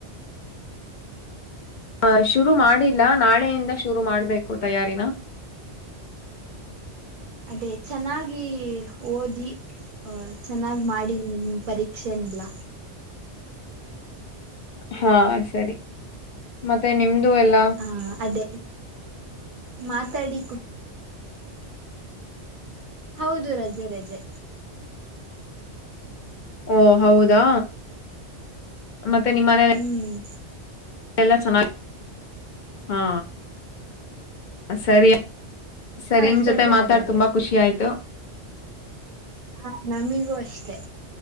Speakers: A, on the left; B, on the right.
A: ಹ ಶುರು ಮಾಡಿಲ್ಲ ನಾಳೆಯಿಂದ ಶುರು ಮಾಡ್ಬೇಕು ತಯಾರಿನ
B: ಅದೇ ಚೆನ್ನಾಗಿ ಓದಿ ಅ ಚೆನ್ನಾಗಿ ಮಾಡಿ ನಿಮ ಪರೀಕ್ಷೆನೆಲ್ಲ
A: ಹಾ ಸರಿ ಮತ್ತೆ ಮತ್ತೆ ನಿಮ್ದು ಎಲ್ಲ
B: ಹ ಅದೇ ಮಾತಾಡಿ ಕು ಹೌದು ರಜೆ ರಜೆ
A: ಓ ಹೌದಾ ಮತ್ತೆ ನಿಮ್ಮ ಮನೇ
B: ಹ್ಮ್
A: ಲ್ಲ ಚನ್ನ ಹಾ ಸರಿ ಸರಿ
B: ಹಾ
A: ನಿಮ್ ಜೊತೆ ಮಾತಾಡ್
B: ಹಾಗಾದ್ರೆ
A: ತುಂಬಾ ಖುಷಿ ಆಯ್ತು
B: ಹ ನಮಿಗು ಅಷ್ಟ